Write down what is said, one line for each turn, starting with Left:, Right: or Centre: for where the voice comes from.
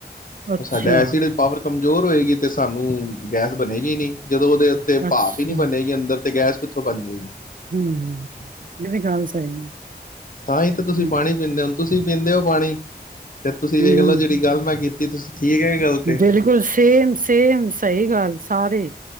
Right: ਅੱਛਾ
Left: ਉਹ ਸਾਡਾ ਐਸਿਡ ਪਾਵਰ ਕਮਜ਼ੋਰ ਹੋਏਗੀ ਅਤੇ ਸਾਨੂੰ ਗੈਸ ਬਣੇਗੀ ਨਹੀਂ ਜਦੋਂ ਉਹਦੇ ਉੱਤੇ
Right: ਅੱਛਾ
Left: ਭਾਪ ਹੀ ਨਹੀਂੀ ਬਣੇਗੀ ਅੰਦਰ ਤੇ ਗੈਸ ਕਿੱਥੋਂ ਬਣ ਜਾਏਗੀ
Right: ਹਮ ਇਹ ਵੀ ਗੱਲ ਸਹੀ
Left: ਤਾਂ ਹੀ ਤਾਂ ਤੁਸੀਂ
Right: ਹਮ
Left: ਪਾਣੀ ਪੀਂਦੇ ਹੋੁ ਤੁਸੀਂ ਪੀਂਦੇ ਹੋ ਪਾਣੀ ਤੇ ਤੁਸੀਂ
Right: ਹਮ
Left: ਵੇਖ ਲਓ ਜਿਹੜੀ ਗੱਲ ਮੈਂ ਕੀਤੀ ਤੁਸੀਂ ਠੀਕ ਹੈ ਗੱਲ ਤੇ
Right: ਬਿਲਕੁਲ ਸੇਮ ਸੇਮ ਸਹੀ ਗੱਲ ਸਾਰੇ